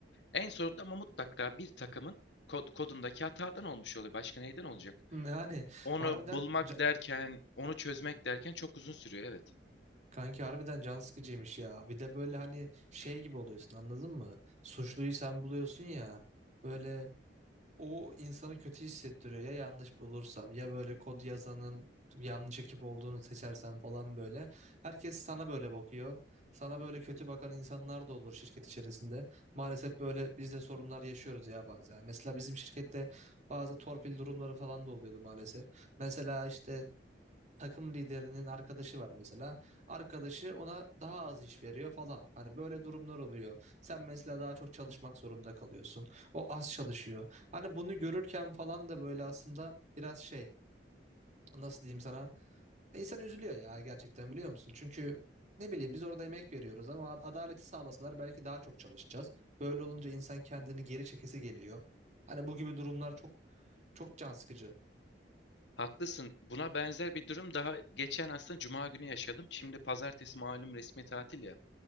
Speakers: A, on the left; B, on the right.
A: En sonunda ama mutlaka bir takımın kod- kodundaki hatadan olmuş oluyor. Başka neyden olacak?
B: Yani
A: Onu
B: harbiden
A: bulmak
B: ca-
A: derken, onu çözmek derken çok uzun sürüyor. Evet.
B: Kanki harbiden can sıkıcıymış ya. Bir de böyle hani şey gibi oluyorsun anladın mı? Suçluyu sen buluyorsun ya. Böyle o insanı kötü hissettiriyor. Ya yanlış bulursam ya böyle kod yazanın yanlış ekip olduğunu seçersem falan böyle. Herkes sana böyle bakıyor. Sana böyle kötü bakan insanlar da olur şirket içerisinde. Maalesef böyle biz de sorunlar yaşıyoruz ya bazen. Mesela bizim şirkette bazı torpil durumları falan da oluyordu maalesef. Mesela işte takım liderinin arkadaşı var mesela. Arkadaşı ona daha az iş veriyor falan. Hani böyle durumlar oluyor. Sen mesela daha çok çalışmak zorunda kalıyorsun. O az çalışıyor. Hani bunu görürken falan da böyle aslında biraz şey nasıl diyeyim sana İnsan üzülüyor ya gerçekten biliyor musun? Çünkü ne bileyim biz orada emek veriyoruz ama ad- adaleti sağlasalar belki daha çok çalışacağız. Böyle olunca insan kendini geri çekesi geliyor. Hani bu gibi durumlar çok çok can sıkıcı.
A: Haklısın. Buna benzer bir durum daha geçen aslında Cuma günü yaşadım. Şimdi pazartesi malum resmi tatil ya.